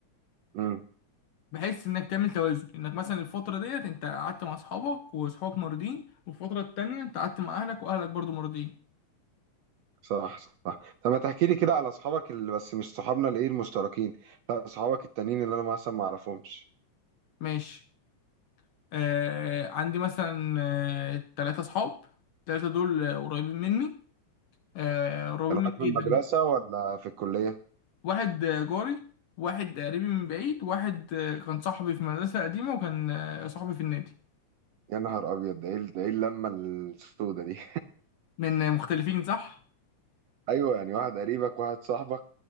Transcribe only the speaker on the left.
بحيث انك تعمل توازن انك مثلا الفتره ديت انت قعدت مع اصحابك واصحابك مرضين والفتره التانية انت قعدت مع اهلك واهلك برضو مرضين
ماشي آه عندي مثلا آه تلاتة اصحاب التلاتة دول آه، قريبين مني آه قريبين
مني
جدا
بقى
واحد آه، جاري واحد قريبي من بعيد واحد آه، كان صاحبي في مدرسة قديمة وكان آه، صاحبي في النادي
من آه، مختلفين صح